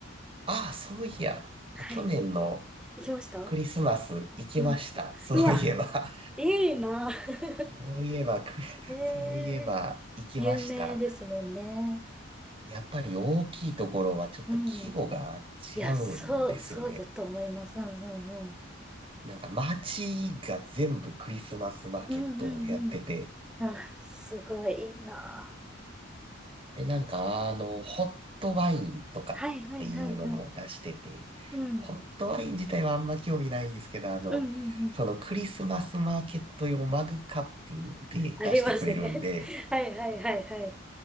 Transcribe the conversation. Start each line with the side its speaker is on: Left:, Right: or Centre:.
Right: ああ、そういや、
Centre: はい。
Right: 去年の
Centre: 行きました
Right: クリスマス行きました。
Centre: うん。
Right: そういえば。
Centre: うわ、いいな。<laughs>
Right: <laughs> そういえば、く <laughs>
Centre: え
Right: そういえば行きました。
Centre: え有名ですもんね。
Right: やっぱり大きいところはちょっと規模が違うんですよね。
Centre: うん。いや、そう、そうだと思います。うんうんうん。
Right: なんか街が全部クリスマスマーケットをやってて、
Centre: うんうんうん。あ、すごいいいな。
Right: で、なんかあの、ホットワインとかっていうのも出してて、
Centre: はいはいはいはい。うん。
Right: ホットワイン自体はあんま興味ないんですけど、あの、
Centre: うんうんうん。
Right: そのクリスマスマーケット用マグカップで出してくれるんで、
Centre: ありますね。<laughs> はいはいはいはい。